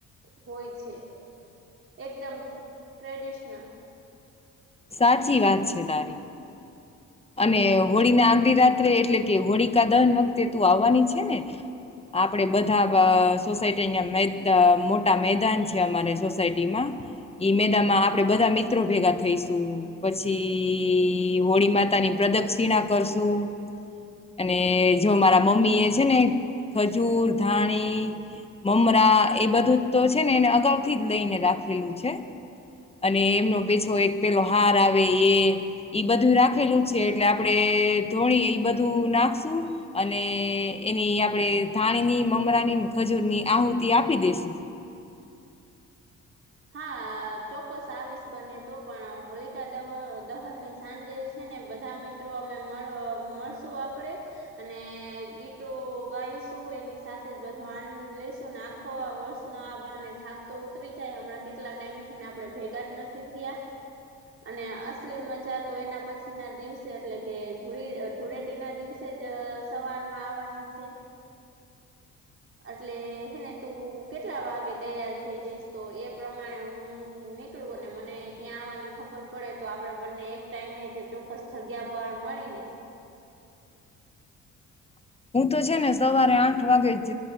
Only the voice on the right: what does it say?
હોય છે એકદમ ટ્રેડિશનલ
હા ચોક્કસ આવીશ બને તો પણ હોળકાા દ દહનની સાંજે છે ને ને બધા મિત્રો અમે મળશું આપડે અને ગીતો ગાઈશું શું એની સાથે જ બધો આનંદ લેશું ને આખો વર્ષનો આ બાને થા તો ઉતરી જાય હમણાં કેટલા ટાઈમ થી ને આપે ભેગા જ નથી થયા અને અસલીમ મજા તો એના પછી ના દિવસે એટલે કે ધૂળેટી ના દિવસે જ સવારમાં આવવાની છે. એટલે હેને તું કેટલા વાગે તૈયાર થઇ જઈશ તો એ પ્રમાણે હું નીકળું અને મને ત્યાં આવવાની ખબર પડે તો આપડે બંને એક ટાઈમે જ ચોક્કસ જગ્યા પર મળ મળીને